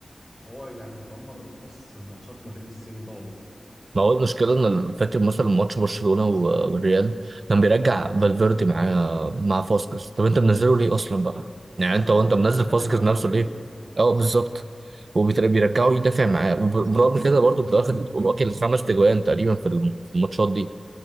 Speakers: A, on the left; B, on the right.
A: هو يعني مدمر نص ماتشات مدريد السيزون ده والله
B: ما هو المشكله ان ال- فاكر مثلا ماتش برشلونه و- والريال كان بيرجع
A: اه
B: فالفيردي معاه مع فاسكس طب انت منزله ليه اصلا بقى يعني
A: بالظبط
B: انت وانت
A: طب
B: منزل
A: ما تخلي
B: فاسكس
A: بقى
B: نفسه
A: فالفيردي
B: ليه اه بالظبط وبيرجعوا يدافع معاه وبرغم كده برضه بياخد واكل خمس تجوان تقريبا في الم- في الماتشات دي